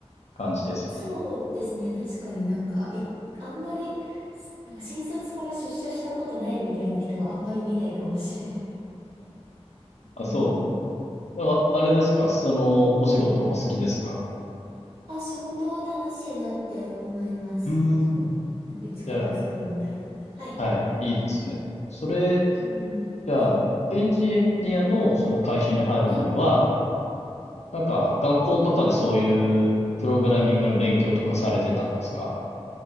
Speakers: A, on the left; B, on the right.
A: 感じですよね。
B: そうですね。確かになんか、い、あんまり、しなんか新卒から出社したことないみたいな人はあんまり見ないかもしれないです。
A: あ、
B: <laughs> うん。
A: そうです。でも、あれですか、その、お仕事はお好きですか
B: あ、仕事は楽しいなって思います。
A: うー
B: そう。
A: ん。
B: なんか一から作るみたいな。
A: じゃ
B: はい。
A: あ、はい、いいですね。それ、
B: うん。
A: じゃあ、
B: はい。
A: エンジニアのその会社に入る前は、
B: はい。
A: なんか、学校とかでそういうプログラミングの勉強とかされてたんですか